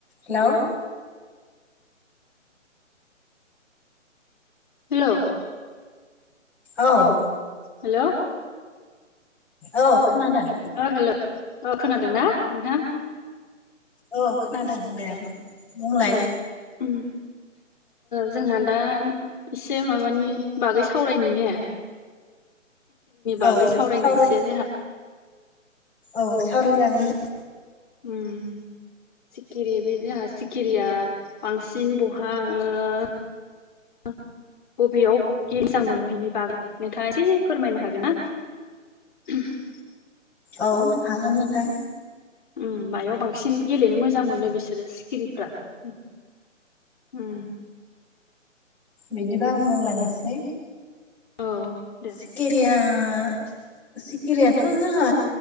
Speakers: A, in the centre; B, on the left.
A: हेल'
B: hello
A: औ।
B: Hello.
A: औ खोनादों।
B: अ हेलौ अ खोनादों ना नोंथां।
A: औ खोनादों दे बुंलाय
B: उम जोंहा दा एसे माबानि बागै सावरायनि ने बागै
A: औ
B: जोंहा सावरायनो
A: सावराय
B: एसे
A: औ सावराय जागोन
B: उम सिखिरि बे जोंहा सिखिरिया बांसिन बहा ओ ओ आ बबेयाव गे मोजां मोनो बिनि बागै नोंथाङा एसे फोरमायनो हागोन ना। <inaudible>
A: औ हागोन नोंथां
B: ओम मायाव बांसिन गेलेनो मोजां मोनो बिसोरो गिरिफ्रा उम
A: बिदिबा आं बुंलांनोसै
B: औ। दे
A: मेलेमा सिखिरियाथ‌' जोंहा